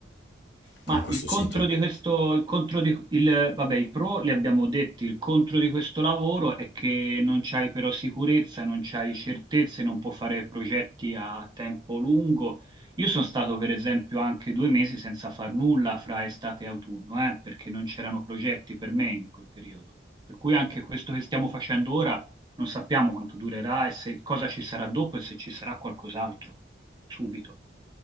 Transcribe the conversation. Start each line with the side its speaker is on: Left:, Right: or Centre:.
Right: Ma
Left: con questo
Right: il contro
Left: sito.
Right: di questo, il contro di, il, vabbè, i pro li abbiamo detti, il contro di questo lavoro è che non c'hai però sicurezza, non c'hai certezze, non puoi fare progetti a tempo lungo. Io sono stato per esempio anche due mesi senza far nulla fra estate e autunno, eh, perché non c'erano progetti per me in quel periodo. Per cui anche questo che stiamo facendo ora non sappiamo quanto durerà e se, cosa ci sarà dopo e se ci sarà qualcos'altro subito.